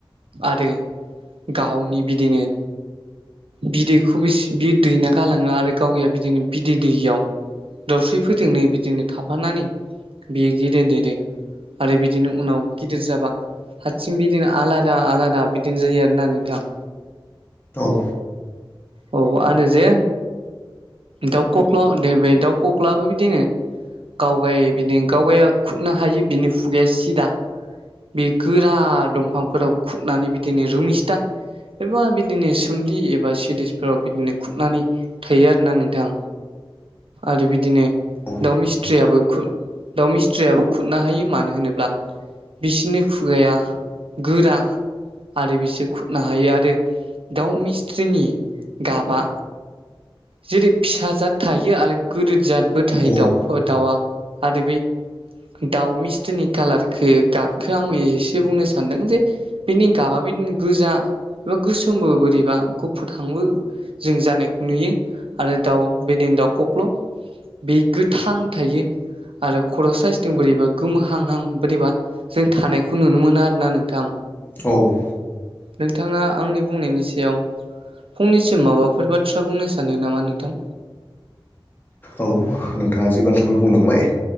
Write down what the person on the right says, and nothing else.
आरो गावनि बिदिनो। बिदैखौ बेसे बि दैैना गालाङो आरो गावया बिदिनो बिदै दैयाव। दावस्रिफोरोजोंनोै बिदिनो थाफानानै बियो गेदेर देदे आरो बिदिनो उनाव गिदिर जाबा हारसिं बिदिनो आलादा आलादा बिदिनो जायो आरोना नोंथां।
औ आनो जे दाउ खख्ल' दे बे दाउ खख्लाबो बिदिनो गावगाय बिनि गावगाया खुरनो हायो बिनि खुगाया सिदा बे गोरा दंफांफोराव खुरनानै बिदिनो रुमिस्था एबा बिदिनो सोमलि एबा सिरिसफोराव बिदिनो खुरनानै थायो आरोना नों थां आरो बिदिनो
दाउ मिस्थ्रियाबो खु दाउ मिस्थ्रियाबो खुरनो हायो मानो होनोब्ला बिसोरनि खुगाया गोरा आरो बिसोर खुरनो हायो आरो दाउ मिस्थ्रिनि गाबा जेरै फिसा जाद थायो आरो गिदिर जादबो थायो
दाउ फोर दावा आरो बे दाउ मिस्थ्रिनि कालारखो गाबखो आंबो एसे बुंनो सानदों जे बिनि गाबा बिदिनो गोजा एबा गोसोमबो बोरैबा गुफुर हांबो जों जानायखौ नुयो आरो दाउ बेदिनो दाउ खख्ल बे गोथां थायो आरो खर साइसथिं बोरैबा गोमोहांहां बोरैबा जों थानायखौ नुनो मोना आरोना नोंथां
नोंथाङा आंनि बुंनायनि सायाव फुंनैसो माबाफोर बाथ्रा बुंनो सानदों नामा नोंथां